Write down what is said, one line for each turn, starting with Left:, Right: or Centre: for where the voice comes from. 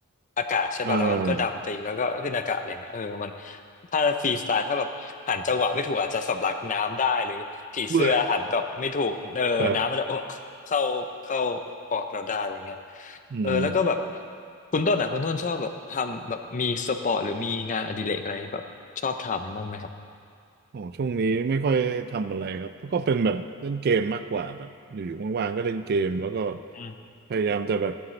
Left: อากาศใช่ป่ะแล้วมันก็ดำไปอีกแล้วก็ขึ้นอากาศอะไรเงี้ยเออมัน
Right: อ่า
Left: ถ้าฟรีสไตล์ถ้าแบบหันจังหวะไม่ถูกอาจจะสำลักน้ำได้หรือผีเสื้อหันแบบไม่ถูกเออน้ำมันจะ
Right: เบื่อครับ
Left: <laughs> เข้าเข้าปอดเราได้อะไรเงี้ย
Right: อืม
Left: เออแล้วก็แบบคุณต้นอ่ะคุณต้นชอบแบบทำแบบมีสปอร์ตหรือมีงานอดิเรกอะไรแบบชอบทำบ้างไหมครับ
Right: อ๋อช่วงนี้ไม่ค่อยทำอะไรครับก็เป็นแบบเล่นเกมมากกว่าแบบอยู่ๆว่างๆก็เล่นเกมแล้วก็
Left: อืม
Right: พยายามจะแบบ